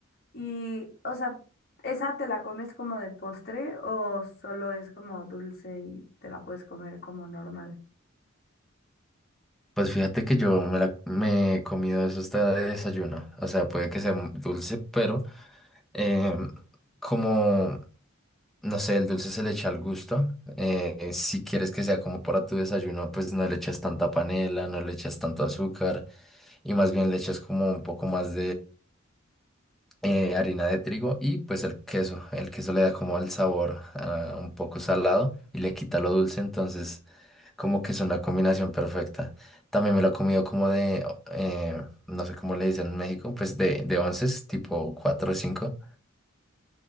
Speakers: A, on the left (about 50°); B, in the centre.
A: Y, o sea, ¿esa te la comes como de postre o solo es como dulce y te la puedes comer como normal?
B: Pues fíjate que yo me, la, me he comido eso hasta de desayuno. O sea, puede que sea mu- dulce, pero eh, como, no sé, el dulce se le echa al gusto. eh, si quieres que sea como para tu desayuno, pues no le echas tanta panela, no le echas tanto azúcar y más bien le echas como un poco más eh, harina de trigo y pues el queso. El queso le da como el sabor ah, un poco salado y le quita lo dulce, entonces como que es una combinación perfecta. También me lo he comido como de, eh, no sé cómo le dicen en México, pues de, de onces, tipo 4 o 5